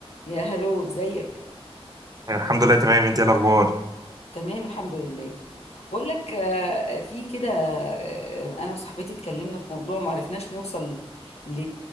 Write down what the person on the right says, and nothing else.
الحمد لله تمام انت ايه الاخبار